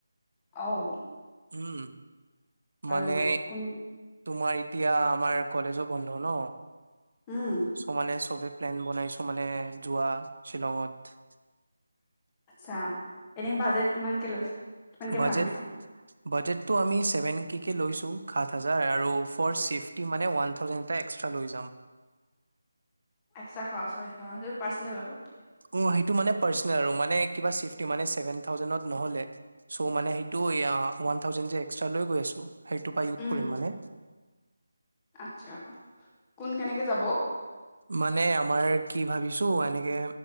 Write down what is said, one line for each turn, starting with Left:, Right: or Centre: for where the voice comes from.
Left: অওঁ
Right: উ'ম মানে
Left: আৰু কোন
Right: তোমাৰ এতিয়া আমাৰ কলেজো বন্ধ ন
Left: উম
Right: চ'মানে চবে প্লেন বনাইছো মানে যোৱা শ্বিলঙত
Left: আচ্ছা এনে বাজেট কিমানকে লৈছে কিমানকে
Right: বাজেট
Left: ভাবিছা
Right: বাজেটটো আমি চেভেন কে কে লৈছোঁ সাত হাজাৰ আৰু ফ'ৰ চেফটি মানে ওৱান থাউজেণ্ড এটা এক্সট্ৰা লৈ যাম।
Left: এক্সতা খৰচ হয় এ সেইটো পাৰ্চনেল হব।
Right: অ ', সেইটো মানে পাৰ্চনেল আৰু মানে কিবা চিফটি মানে চেভেন থাউজেণ্ডত নহলে। চ' মানে সেইটো এয়া ওৱান থাউজেণ্ড যে এক্সট্ৰা লৈ গৈ আছো। সেইটোৰ পা ইউজ
Left: উম
Right: কৰিম মানে।
Left: আচ্ছা কোন কেনেকে যাব?
Right: মানে আমাৰ কি ভাবিছো, এনেকে